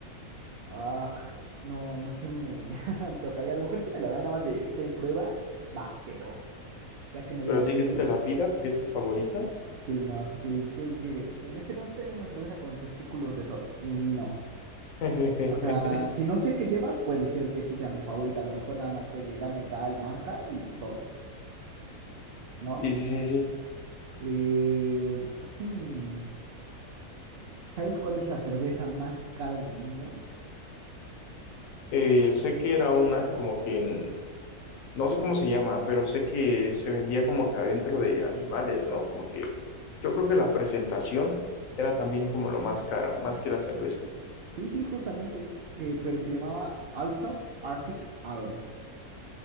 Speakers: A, on the right; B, on the left.
A: Ah, no, no se me <laughs> antojaría. A lo mejor si me la dan nada más de, ten prueba, va, pero ya que me digan
B: Pero así
A: qué
B: que tú
A: es.
B: te la pidas, que es tu favorita.
A: Sí, no, así que yo llegué. El mesero, traigo una cerveza con testículos de toro. No.
B: <laughs>
A: O sea, si no sé qué lleva, puede ser que sí sea mi favorita. A lo mejor nada más, oye, dame tal marca y sobres, ¿no?
B: Sí, sí, sí, sí.
A: Eh, hmm, ¿sabes cuál es la cerveza más cara del mundo?
B: Eh, sé que era una como que en No sé cómo se llama, pero sé que se vendía como que adentro de animales, ¿no? Como que yo creo que la presentación era también como lo más caro, más que la cerveza.
A: Sí, sí, justamente. eh, pero se llamaba Alsop Arctic Ale.